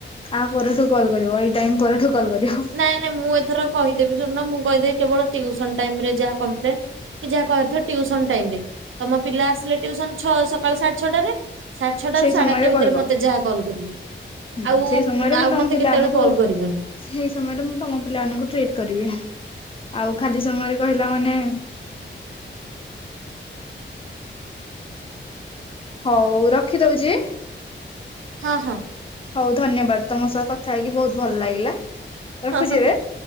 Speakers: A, on the left; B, on the right.
A: ଆ ପରଠୁ କଲ୍ କରିବ ଏଇ ଟାଇମ ପରଠୁ କଲ୍ କରିବ।
B: ନାଇଁ ନାଇ ମୁଁ ଏଥର କହିଦେବି ଶୁଣୁନ ମୁଁ କହିଦେବି କେବଳ ଟିଉସନ ଟାଇମରେ ଯାହା କଂପ୍ଲେନ୍। କି ଯାହା କହିଆର ଥିବ ଟିଉସନ ଟାଇମ ରେ ତମ ପିଲା ଆସିଲେ ଟିଉସନ ଛଅ ସକାଳ ସାଢେ ଛଅଟାରେ ସାଡେ ଛଅ ଟା
A: ସେଇ
B: ରୁ ସାଢେଆଠଟା
A: ସମୟରେ
B: ଭିତରେ
A: କହିବ
B: ମତେ ଯାହା କଲ କରିବ।
A: ହୁଁ
B: ଆଉ
A: ସେଇ ସମୟରେ
B: ଆଉ
A: ମୁଁ ତମ
B: ମତେ
A: ପିଲାମାନଙ୍କୁ
B: କେତେବେଳେ କଲ କରିବେନି।
A: ସେଇ ସମୟରେ ମୁଁ ତମ ପିଲାମାନଙ୍କୁ ଟ୍ରିଟ୍ କରିବି ଆଉ ଖାଲି ସମୟରେ କହିଲା ମାନେ ହଉ ରଖିଦଉଛି।
B: ହଁ ହଁ।
A: ହଉ ଧନ୍ୟବାଦ ତମ ସହ କଥା ହେଇକି ବହୁତ ଭଲ ଲାଗିଲା। ରଖୁଛି
B: ହଁ ହ
A: ଏବେ।